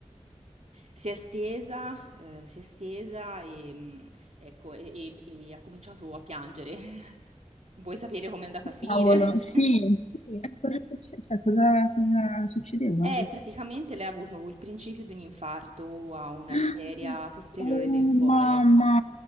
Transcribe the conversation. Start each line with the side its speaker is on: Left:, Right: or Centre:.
Right: si è stesa, eh, si è stesa e, mh, ecco, e- e- e ha cominciato a piangere. <laughs> Vuoi sapere com'è andata a finire?
Left: cavolo, sì,
Right: <laughs>
Left: sì, cosa succe- cioè, cosa cosa succedeva?
Right: Eh, praticamente lei ha avuto il principio di un infarto a un'arteria
Left: <gasps>
Right: posteriore
Left: Oh
Right: del cuore.
Left: mamma,